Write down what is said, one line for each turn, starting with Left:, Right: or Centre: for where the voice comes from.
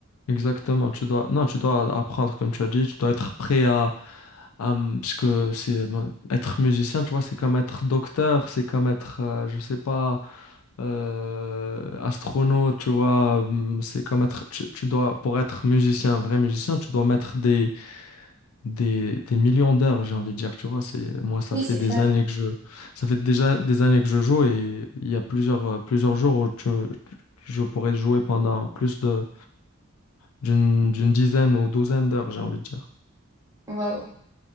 Left: Exactement, tu dois, non, tu dois apprendre comme tu as dit, tu dois être prêt à, à m- parce que c'est bon, être musicien, tu vois, c'est comme être docteur, c'est comme être, euh, je sais pas, euh, astronaute, tu vois, hum, c'est comme être, tu, tu dois, pour être musicien, un vrai musicien, tu dois mettre des des, des millions d'heures, j'ai envie de dire, tu vois, c'est moi ça
Right: Oui,
Left: fait
Right: c'est
Left: des
Right: clair.
Left: années que je ça fait déjà des années que je joue et il y a plusieurs euh, plusieurs jours où tu- tu- je pourrais jouer pendant plus de d'une d'une dizaine ou douzaine d'heures, j'ai envie de dire.
Right: Waouh.